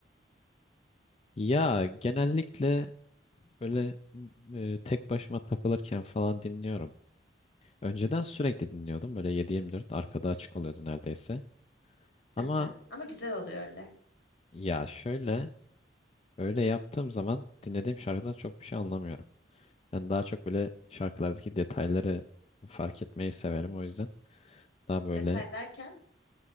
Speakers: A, on the left; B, on the left.
A: Ya genellikle böyle e, tek başıma takılırken falan dinliyorum. Önceden sürekli dinliyordum. Böyle 7-24 arkada açık oluyordu neredeyse. Ama
B: Hı hı. Ama güzel oluyor öyle.
A: ya şöyle Öyle yaptığım zaman dinlediğim şarkıdan çok bir şey anlamıyorum. Ben daha çok böyle şarkılardaki detayları fark etmeyi severim o yüzden. Daha
B: Detay
A: böyle
B: derken.
A: s-